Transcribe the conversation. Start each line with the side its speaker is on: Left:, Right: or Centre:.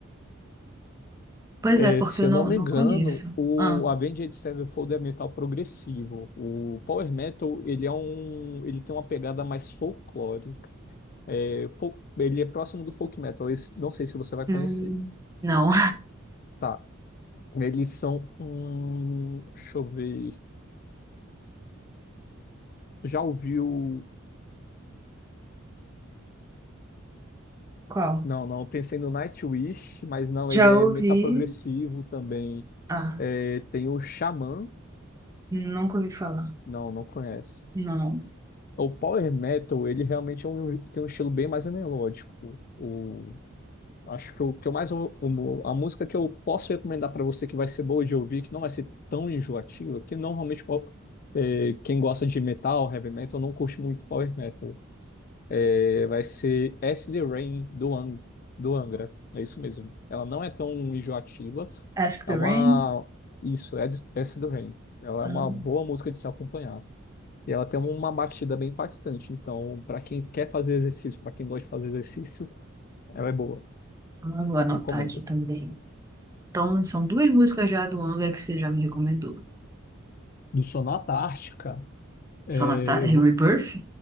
Right: Pois
Left: É,
Right: é, porque
Left: se
Right: eu
Left: eu
Right: não,
Left: não me
Right: não
Left: engano,
Right: conheço.
Left: o
Right: Ah,
Left: Avenged Sevenfold é metal progressivo. O power metal, ele é um, ele tem uma pegada mais folclórica. É, fol- ele é próximo do folk metal. Esse- não sei se você vai
Right: hum,
Left: conhecer.
Right: não.
Left: Tá. Eles são um, deixa eu ver. Já ouviu?
Right: qual?
Left: Não, não. eu Pensei no Nightwish, mas não.
Right: Já
Left: Ele é
Right: ouvi.
Left: metal progressivo também.
Right: Ah,
Left: É, tem o Xamã.
Right: nunca ouvi falar.
Left: Não, não conhece.
Right: Não.
Left: O power metal, ele realmente é um- tem um estilo bem mais melódico. O, acho que o que eu mais ou- o- a música que eu posso recomendar para você que vai ser boa de ouvir, que não vai ser tão enjoativa, que normalmente po- eh, quem gosta de metal, heavy metal, não curte muito power metal. É, vai ser S. D. Rain do, An do Angra. É isso mesmo. Ela não é tão enjoativa.
Right: Ask the
Left: É uma.
Right: Ring?
Left: Isso, é de- S. D. Rain. Ela
Right: Ah.
Left: é uma boa música de se acompanhar. E ela tem uma batida bem impactante. Então, para quem quer fazer exercício, para quem gosta de fazer exercício, ela é boa.
Right: Ah, vou anotar
Left: Recomendo.
Right: aqui também. Então, são duas músicas já do Angra que você já me recomendou.
Left: Do Sonata Ártica, é,
Right: Sonata... é
Left: eu vou...
Right: Rebirth?